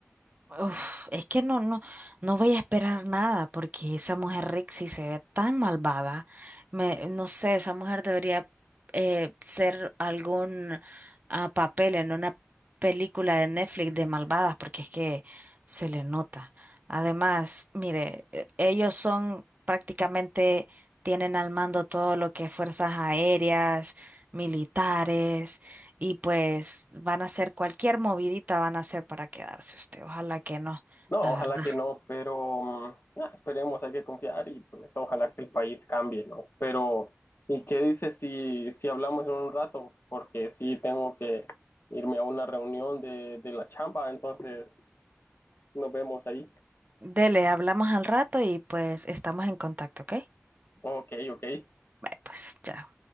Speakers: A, on the right; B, on the left.
A: Uf, es que no, no, no voy a esperar nada porque esa mujer Rixie se ve tan malvada. Me, no sé, esa mujer debería eh, ser algún ah, papel en una película de Netflix de malvadas porque es que se le nota. Además, mire, eh, ellos son prácticamente, tienen al mando todo lo que es fuerzas aéreas, militares y pues van a hacer cualquier movidita, van a hacer para quedarse usted. Ojalá que no,
B: No,
A: la
B: ojalá
A: verdad.
B: que no, pero mm, nah, esperemos, hay que confiar y pues ojalá que el país cambie, ¿no? Pero, ¿y qué dices si, si hablamos en un rato? Porque sí tengo que irme a una reunión de, de la chamba, entonces nos vemos ahí.
A: Dele, hablamos al rato y pues estamos en contacto, ¿ok? Ay,
B: Ok, ok.
A: Pues chao.